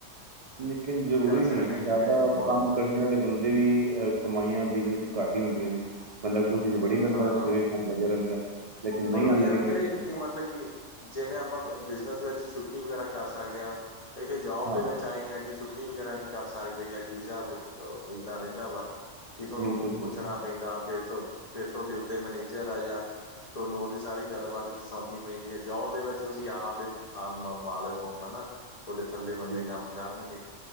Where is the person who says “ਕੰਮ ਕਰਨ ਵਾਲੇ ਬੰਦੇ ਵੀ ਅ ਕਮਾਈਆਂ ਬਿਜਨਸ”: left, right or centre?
Right